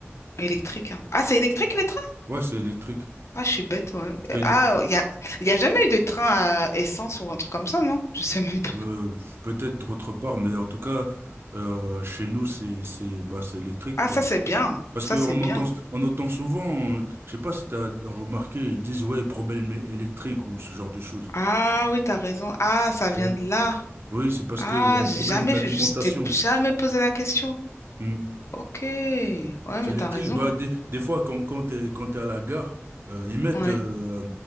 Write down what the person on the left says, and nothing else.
Électrique, hein. Ah, c'est électrique les trains?
Ah, je suis bête, ouais.
Euh,
Ah, il y a, il y a jamais eu de train à essence ou un truc comme ça, non? Je sais même pas.
Ah,
ça c'est bien.
Ça
c'est bien.
Ah oui, t'as raison. Ah, ça vient
de là.
Ah,
j'ai
jamais,
je t'ai jamais posé la question.
Ok, ouais, mais
t'as raison.
hein. Ouais,